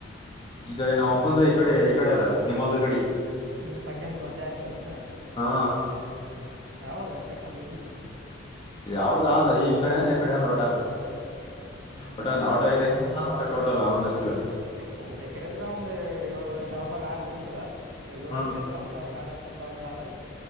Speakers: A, on the left (about 25°); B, on the right (about 65°).
A: ಈ ಕಡೆ ನಾವ ಅಪ್ಪಂದ ಈ ಕಡೆ ಈ ಕಡೆ ಅದ ನಿಮ್ಮೊಲ್ದ
B: ನಿಮ್ ಪಕ್ಯಂದ ಒಂದೇ ಆಸ್ತಿ ಅದಾನ
A: ಹಾ
B: ಯಾವದು ನಿ ತಕ್ಕಂದ ಇದ್ದಿದ್ದೆ
A: ಯಾವ್ದ ಆದ ಈ ಕಡೆ ಅನ್ ಯ ಕಡೆ ಆದ ಊಟ
B: ಹ್ಮ್
A: ಒಟಾನ
B: ಹ್ಮ್
A: ಒಟ ಐದಕ ಒಟ ಟೋಟಲ್ ಅವ್ನ ಹೆಸ್ರೇ
B: ಹ ಇದಕ್ಕಿರಿದ್ರ ಒಂದ್ ಏಳುವರೆ ಸಾವಿರದಾಗ ಆ ಮುಗಿತದ ಇಲ್ಲ ಏಳ
A: ಹ್ಮ
B: ಕಿದ್ರ ಹತ್ಸಾವಿರ ಮ್ಯಗ ಹತ್ ಸಾವಿರ ಕ್ರೋಸಗುತ್